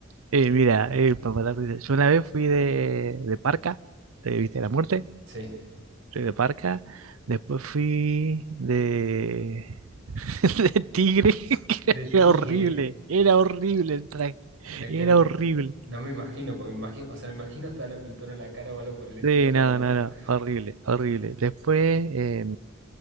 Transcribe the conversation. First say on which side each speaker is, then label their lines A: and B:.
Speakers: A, on the right; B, on the right.
A: Eh, mira, eh, para matar risa, yo una vez fui de, de Parca, eh, ¿viste? La muerte.
B: Sí,
A: Fui de Parca. Después fui de, <laughs> de Tigre. <laughs>
B: de tigre.
A: Era horrible. Era horrible el traje.
B: Es
A: Era
B: que n-
A: horrible.
B: no me imagino, porque me imagino, o sea, me imagino hasta la pintura en la cara o algo por el estilo
A: Sí,
B: para...
A: no,
B: <laughs>
A: no, no. Horrible, horrible. Después, eh,